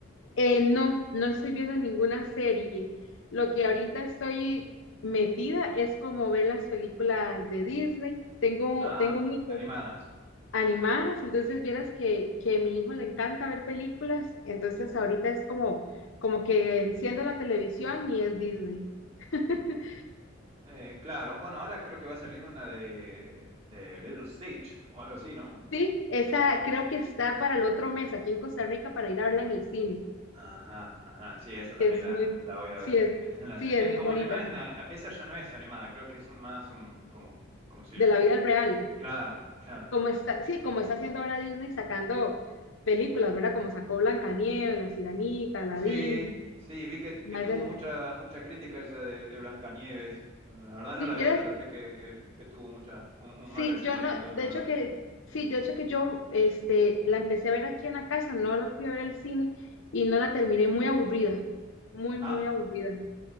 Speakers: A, on the left (about 70°); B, on the right (about 30°).
A: Eh, no, no estoy viendo ninguna serie. Lo que ahorita estoy metida es como ver las películas de Disney. Tengo,
B: Ah,
A: tengo un hijo
B: animadas.
A: animadas, entonces vieras que, que a mi hijo le encanta ver películas, entonces ahorita es como, como que enciendo la televisión y es Disney. <laughs>
B: Eh, claro, bueno, ahora creo que va a salir una de, de Little Stitch o algo así, ¿no?
A: Sí, esa creo que está para el otro mes aquí en Costa Rica para ir a verla en el cine,
B: Ajá, ajá, sí, esa también
A: que es
B: la,
A: muy,
B: la voy a
A: sí
B: ver.
A: es,
B: <laughs> La
A: sí
B: te-
A: es
B: Es
A: muy
B: como,
A: bonita,
B: no es
A: de
B: nada, esa ya no es animada, creo que es un más un, como, como si,
A: la vida real,
B: claro, claro.
A: como está, sí, como está haciendo ahora Disney sacando películas, ¿verdad? Como sacó Blancanieves, La Sirenita, Aladdin,
B: Sí, sí, vi que,
A: más
B: que tuvo
A: de la,
B: mucha, mucha crítica esa de, de Blancanieves. La verdad no
A: sí,
B: la
A: vieras
B: vi, pero sé que, que, que tuvo mucha, un, un
A: Sí,
B: mal recibimiento,
A: yo no,
B: la
A: de
B: verdad.
A: hecho que, sí, de hecho que yo, este, la empecé a ver aquí en la casa, no la fui a ver al cine y no la terminé muy aburrida, muy,
B: Ah.
A: muy aburrida.